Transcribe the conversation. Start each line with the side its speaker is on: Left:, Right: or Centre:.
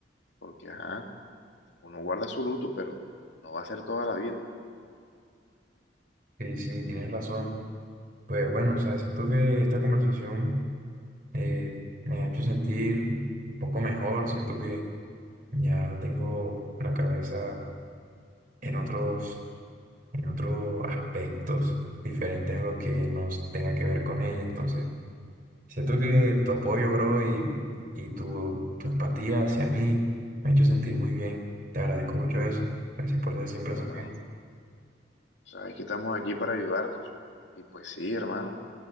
Left: Porque, ajá, uno guarda su luto, pero no va a ser toda la vida.
Right: Y sí, tienes razón. Pues bueno, o sea, siento que esta conversación eh, me ha hecho sentir un poco mejor, siento que ya tengo la cabeza en otros, en otros aspectos diferentes a lo que nos tenga que ver con ella, entonces siento que tu apoyo, bro, y, y tu, tu empatía hacia mí me ha hecho sentir muy bien, te agradezco mucho eso, gracias por ser siempre
Left: Bueno,
Right: ese
Left: hermano,
Right: amigo,
Left: sabes que estamos aquí para ayudarnos. Y pues sí, hermano.